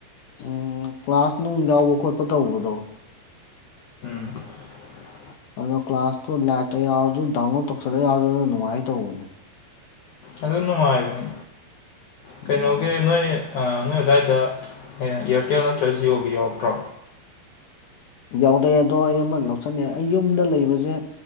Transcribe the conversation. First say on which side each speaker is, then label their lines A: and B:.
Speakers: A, on the left; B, on the left.
A: ꯎꯝ ꯀ꯭ꯂꯥꯁ ꯅꯨꯡ ꯌꯥꯎꯕ ꯈꯣꯠꯄ ꯇꯧꯕꯗꯣ
B: <inaudible>
A: ꯑꯗꯨꯗꯣ ꯀ꯭ꯂꯥꯁꯇꯣ ꯂꯥꯛꯇ ꯌꯥꯎꯔꯁꯨ ꯗꯥꯎꯟꯂꯣꯗ ꯇꯧꯁꯜꯂ ꯌꯥꯎꯔꯁꯨ ꯅꯨꯡꯉꯥꯏ ꯇꯧꯕꯅꯦ
B: ꯑꯗꯨ ꯅꯨꯡꯉꯥꯏꯕꯅꯤ
A: ꯎꯝ
B: ꯀꯩꯅꯣꯒꯤ ꯅꯣꯏ ꯅꯣꯏ ꯑꯗꯨꯗꯥꯏꯗ ꯏꯌꯥꯔꯇꯦꯜ ꯅꯠꯇ꯭ꯔ ꯖꯤꯌꯣꯒꯤ ꯌꯥꯎꯔꯛꯇ꯭ꯔꯣ
A: ꯌꯥꯎꯔꯑꯦ ꯑꯗꯣ ꯑꯩ ꯑꯃ ꯂꯧꯁꯟꯅꯤꯡꯑꯦ ꯑꯩ ꯌꯨꯝꯗ ꯂꯩꯕꯁꯦ